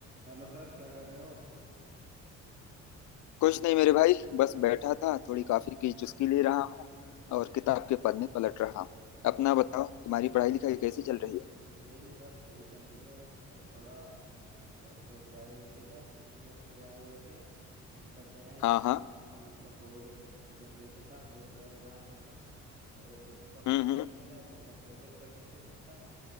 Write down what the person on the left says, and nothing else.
कुछ नहीं मेरे भाई बस बैठा था थोड़ी कॉफी की चुस्की ले रहा हूँ और किताब के पन्ने पलट रहा हूँ अपना बताओ तुम्हारी पढ़ाई लिखाई कैसी चल रही है
हाँ हाँ
हम्म
हम्म